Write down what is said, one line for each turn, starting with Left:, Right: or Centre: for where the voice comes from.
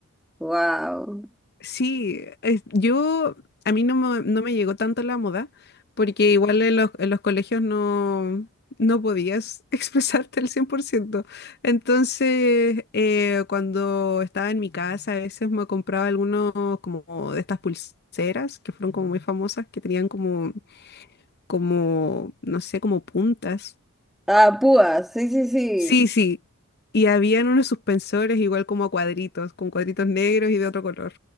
Centre: wow.
Left: Sí, es- yo, a mí no me, no me llegó tanto la moda, porque igual en los, en los colegios no, no podías <laughs> expresarte al 100%. Entonces, eh, cuando estaba en mi casa, a veces me compraba algunos como de estas pulseras, que fueron como muy famosas, que tenían como, como, no sé, como puntas.
Centre: Ah, púas, sí, sí, sí.
Left: Sí, sí. Y habían unos suspensores igual como a cuadritos, con cuadritos negros y de otro color.